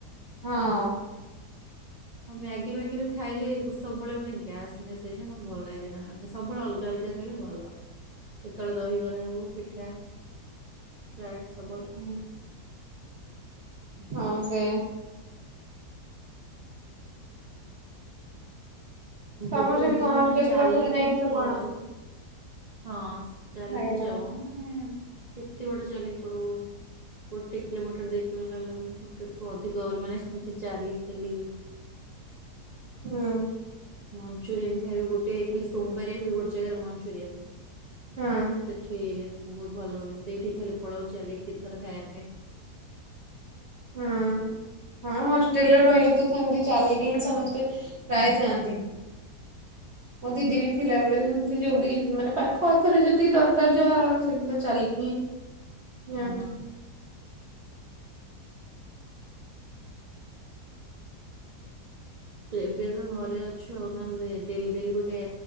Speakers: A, on the right; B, on the right.
A: ହଁ।
B: ହଁ ମ୍ୟାଗି ମ୍ୟାଗିବି ଖାଇଲେ ସବୁବେଳେ ମାନେ ଗ୍ୟାସ୍ ମ୍ୟାସ୍ ହେଇଯାଏ ମତେ ଭଲ ଲାଗେନା ମାନେ ସବୁବେଳେ ଅଲଗା ଅଲଗା ଖାଇଲେ ଭଲ, କେତଳେ ଦହିବରା ହଉ, ପିଠା, ଚାଟ୍, ସବୁବେଳେ
A: <inaudible> ହଁ ସେ।
B: ଗୋଟେ
A: ତମର
B: ଗୋଟେ
A: ସେଠି
B: ଦିନ
A: କଣ
B: ମାନେ
A: ହଷ୍ଟେଲ
B: ଚାଲିକି
A: ପାଖରୁ ଯାଇକି ସବୁ
B: ପଳଉ।
A: ଆଣ
B: ହଁ ଚାଲିକି
A: ଖାଇବା?
B: ଯାଉ ମାନେ କେତେ ବାଟ ଚାଲିକି ପଳଉ। ଗୋଟେ କିଲୋମିଟର ଦେଇକି <unintelligible> ଅଧିକ ଆହୁରି ମାନେ ସେମିତି ଚାଲି ଚାଲି <inaudible>
A: ହୁଁ।
B: ମଞ୍ଚୁରିଆନ୍ ଖାଇବେ ଗୋଟେ ଖାଲି ସୋମବାରିଆ ହୁଏ ଗୋଟେ ଜାଗାରେ ମଞ୍ଚୁରିଆନ୍।
A: ହଁ।
B: ସେଠି ବହୁତ ଭଲ ହୁଏ, ସେଇଠି ଖାଲି ପଳଉ ଚାଲି କେତେଥର ଖାଇବା ପାଇଁ।
A: ହଁ, ହଁ ହଷ୍ଟେଲରେ ରହିଲେ ତ ସେମିତି ଚାଲିକି ହିଁ ସମସ୍ତେ ପ୍ରାୟ ଯାଆନ୍ତି।
B: ହୁଁ,
A: ମୋ ଦିଦି ବି ଥିଲାବେଳେ ଯେମିତି ଯୋଉଠିକି ମାନେ ପାଖ ଆଖରେ ଯେତିକି ଦର କାର ଯାହା ଆଉ ସେମିତି ତ ଚାଲିକି ଯାଆନ୍ତି।
B: ହଁ, ହଁ। ଏବେ ତ ଘରେ ଅଛୁ ଆଉ ନହେଲେ ଡେଲି ଡେଲି ଗୋଟେ